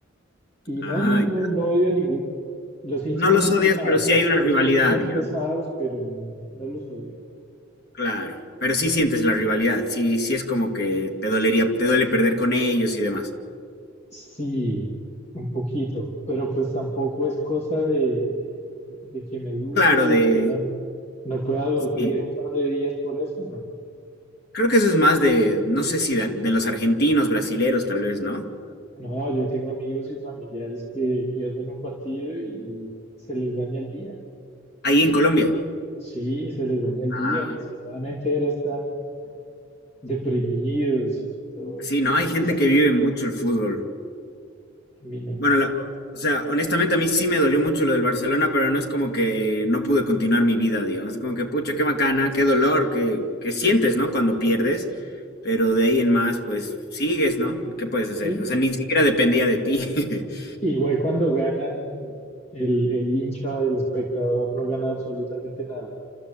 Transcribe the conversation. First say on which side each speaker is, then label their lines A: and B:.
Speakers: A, on the left; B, on the left.
A: Y no,
B: Ah,
A: no,
B: ya.
A: no, no odio a ninguno. Los hinchas
B: No los
A: son
B: odias,
A: pesados,
B: pero sí hay una
A: los
B: rivalidad,
A: hinchas son
B: digamos.
A: pesados, pero no, no los odio.
B: Claro. Pero sí sientes la rivalidad. Sí, sí es como que te dolería, te duele perder con ellos y demás.
A: Sí, un poquito, pero pues tampoco es cosa de, de, de que me duela
B: Claro, de.
A: y que no, no pueda dormir
B: Sí.
A: un par de días por eso, no.
B: Creo que eso es más de, no sé si de, de los argentinos, brasileros, tal vez, ¿no?
A: No, yo tengo amigos y familiares que pierden un partido y se les daña el día.
B: Ahí en Colombia.
A: Sí, se les daña el
B: Ah,
A: día, o la semana entera están deprimidos y todo
B: sí,
A: eso.
B: no, hay
A: A
B: gente
A: mí no,
B: que vive mucho el fútbol.
A: a mí no.
B: Bueno, la- o sea, honestamente a mí sí me dolió mucho lo del Barcelona, pero no es como que no pude continuar mi vida, digamos. Es como que, pucha, qué bacana, qué dolor que, que sientes, ¿no? Cuando pierdes, pero de ahí en más, pues sigues, ¿no? ¿Qué puedes hacer?
A: Sí,
B: O sea, ni siquiera dependía de ti. <laughs>
A: Igual cuando ganan, el, el hincha, el espectador no gana absolutamente nada.